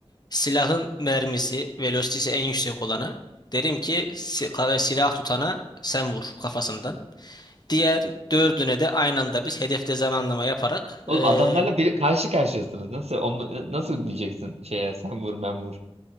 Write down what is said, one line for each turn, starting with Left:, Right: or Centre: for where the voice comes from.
Left: silahın mermisi, velocity'si en yüksek olana derim ki si- ka- silah tutana sen vur kafasından. Diğer dördüne de aynı anda biz hedefte zamanlama yaparak
Right: Oğlum
Left: eee
Right: adamlarla bir karşı karşıyasınız. Nasıl onu nasıl diyeceksin şeye sen vur ben vur.